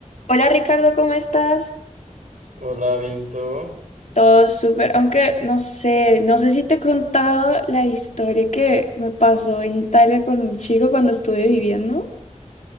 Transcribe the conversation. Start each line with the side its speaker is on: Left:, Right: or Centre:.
Left: Hola Ricardo, ¿cómo estás?
Right: Hola, bien, ¿y tú?
Left: Todo súper, aunque no sé, no sé si te he contado la historia que me pasó en Italia con un chico cuando estuve viviendo.